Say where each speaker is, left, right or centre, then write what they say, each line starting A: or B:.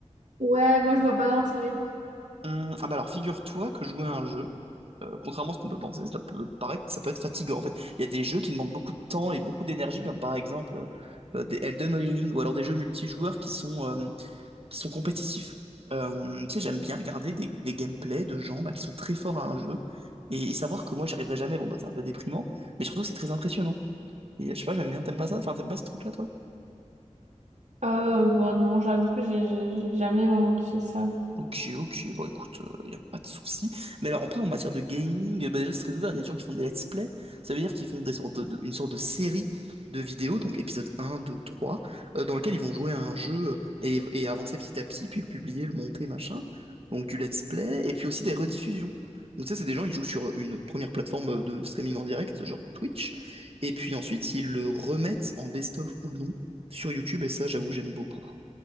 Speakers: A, on the right; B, on the right.
A: Ouais, moi je vois pas d'intérêt.
B: Hum, ah bah alors figure-toi que jouer à un jeu, euh, contrairement à ce qu'on peut penser, ça peut paraître, ça peut être fatigant en fait. Il y a des jeux qui demandent beaucoup de temps et beaucoup d'énergie, comme par exemple euh, des Elden Ring ou alors des jeux multijoueurs qui sont euh, qui sont compétitifs. Euh, tu sais, j'aime bien regarder des, des gameplays de gens bah, qui sont très forts à un jeu et, et savoir que moi, j'y arriverai jamais. Bon, bah, c'est un peu déprimant, mais surtout, c'est très impressionnant. Et je sais pas, j'aime bien. T'aimes pas ça? Enfin, t'aimes pas ce truc-là, toi?
A: Euh, bon, non, j'avoue que j'ai j'ai- j'ai jamais vraiment fait ça.
B: Ok, ok, bon écoute, il n'y a pas de souci. Mais alors après, en matière de gaming, euh, bah, déjà c'est très ouvert, il y a des gens qui font des let's play, ça veut dire qu'ils font des sortes de, une sorte de série de vidéos, donc épisode un, 2, 3, euh, dans lequel ils vont jouer à un jeu euh, et, et avancer petit à petit, puis le publier, le monter, machin. Donc du let's play, et puis aussi des rediffusions. Donc ça, c'est des gens, ils jouent sur une première plateforme euh, de streaming en direct, genre Twitch, et puis ensuite, ils le remettent en best-of ou non sur YouTube, et ça, j'avoue, j'aime beaucoup.